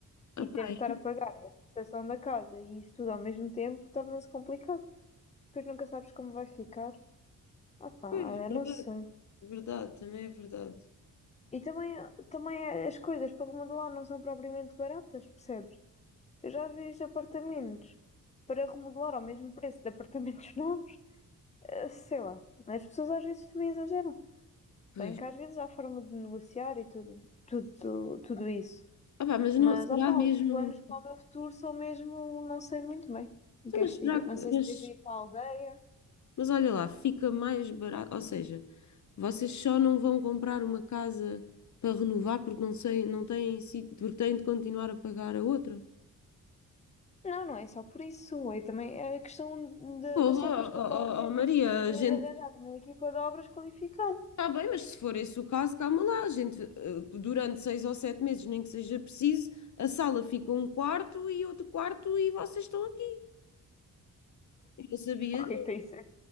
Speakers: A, on the left; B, on the left.
A: Ah,
B: E
A: pá,
B: ter de
A: é-
B: estar a pagar a reputação da casa e isso tudo ao mesmo tempo torna-se complicado. Depois nunca sabes como vai ficar. Ah pá,
A: pois,
B: olha,
A: verdade,
B: não sei.
A: verdade, também é verdade.
B: E também, também as coisas para remodelar não são propriamente baratas, percebes? Eu já vejo apartamentos para remodelar ao mesmo preço de apartamentos <laughs> novos. Eh, Sei lá, as pessoas às vezes também exageram.
A: Pois.
B: bem que às vezes há forma de negociar e tudo, tudo, tudo isso.
A: Ah, pá, mas
B: Mas,
A: não, será
B: opá, os
A: mesmo.
B: planos para o meu futuro são mesmo, não sei muito bem. Não
A: Então,
B: queres
A: Mas será
B: que diga?
A: que.
B: Não sei
A: Mas...
B: se devo ir para a aldeia.
A: Mas olha lá, fica mais barato. Ou seja, vocês só não vão comprar uma casa para renovar porque não sei, não têm, si- porque têm de continuar a pagar a outra.
B: Não, não é só por isso. É também a questão da-
A: Porra,
B: das obras que
A: oh,
B: eu estava
A: oh,
B: a dizer.
A: oh, Maria,
B: Devo
A: a
B: arranjar
A: gente.
B: uma equipa de obras qualificada.
A: Está bem, mas se for esse o caso, calma lá. A gente, eh, durante seis ou sete meses, nem que seja preciso, a sala fica um quarto e outro quarto e vocês estão aqui. Eu não sabia
B: Ok,
A: disso.
B: para isso,